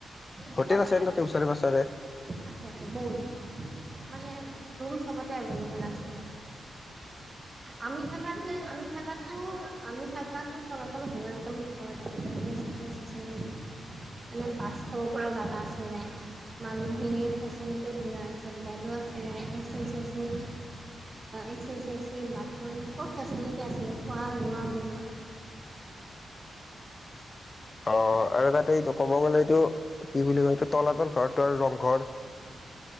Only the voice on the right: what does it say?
যাব
পাৰা।
আছে আছে বহুত আছে মানে ৰুম চবতে এভেল এবেল আছে আৰু আমি থাকা আমি থো আমি থাকো তলাতল ঘৰ একদম ওচৰত আছিল বে। নে মানে বাচ সৰু পৰা জেগা আছিলে মানুহখিনিৰ ফেচিলিটিও ধুনীয়া হৈছে বেডো আছিলে এ চি চে চি এ চি চে চি বাথৰুম চব ফেচিলিটি। তে আছিলে খোৱা লোৱা বনোৱা